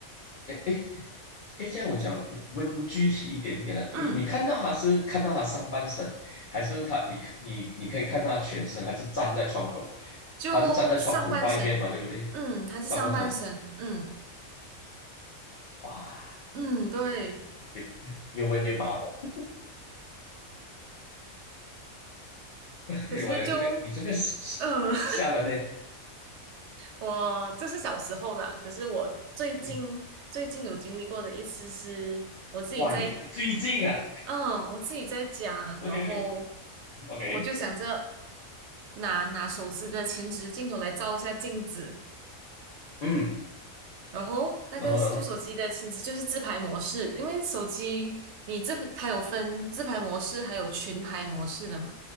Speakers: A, on the left; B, on the right.
A: 哎哎哎，这样我讲问具体一点点了、
B: 嗯，
A: 你你看到他是看到他上半身，还是他你看你你可以看到他全身，他是站在窗口，
B: 就上半身，
A: 他是站在窗口外面嘛，对不对？
B: 嗯，它是上半身，
A: 上半身，
B: 嗯
A: 哇，
B: 嗯，对。
A: 越越问越麻烦。<laughs>
B: 可是就，
A: 我这个你这个吓吓人呢！
B: 嗯，<laughs> 我这是小时候啦，可是我最近最近有经历过的一次是，
A: 嗯，
B: 我自己在，
A: 哇，一最近啊
B: 嗯，我自己在家，
A: ，OK
B: 然后
A: OK。OK，
B: 我就想着拿拿手机的前置镜头来照一下镜子，
A: 嗯，
B: 然后那个就手机的前置就是自拍模式，
A: 然后然后
B: 因为手机你这它有分自拍模式还有群拍模式的嘛，